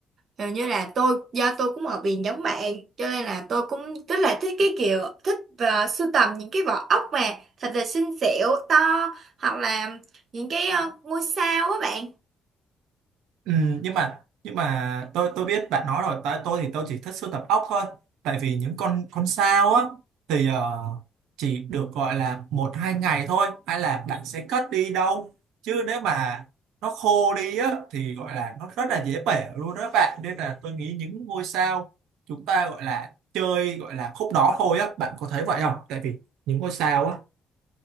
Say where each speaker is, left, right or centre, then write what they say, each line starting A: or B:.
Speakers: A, on the right; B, on the right.
A: hình như là tôi do tôi cũng ở biển giống bạn, cho nên là tôi cũng rất là thích cái kiểu thích và sưu tầm những cái vỏ ốc mà thật là xinh xẻo to hoặc là những cái ờ, ngôi sao á bạn.
B: Ừ, nhưng mà nhưng mà tôi tôi biết bạn nói rồi tại tôi thì tôi chỉ thích sưu tập ốc thôi tại vì những con con sao á thì ờ, chỉ được gọi là một hai ngày thôi hay là bạn sẽ cất đi đâu chứ nếu mà nó khô đi á thì gọi là nó rất là dễ bể luôn đó bạn nên là tôi nghĩ những ngôi sao chúng ta gọi là chơi gọi là khúc đó thôi á bạn có thấy vậy không tại vì những ngôi sao á